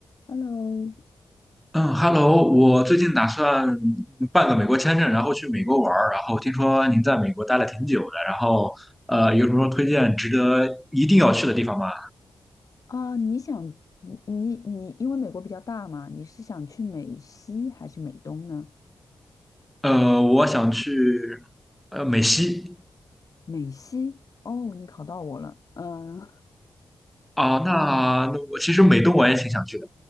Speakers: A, on the left; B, in the centre.
A: Hello，
B: 嗯，Hello，我最近打算办个美国签证，然后去美国玩儿。然后听说您在美国待了挺久的，然后呃，有什么推荐值得一定要去的地方吗？
A: 啊，你想你你你，因为美国比较大嘛，你是想去美西还是美东呢？
B: 呃，我想去呃美西
A: 美西，哦，你考到我了，嗯，
B: 啊，那那我其实美东我也挺想去的，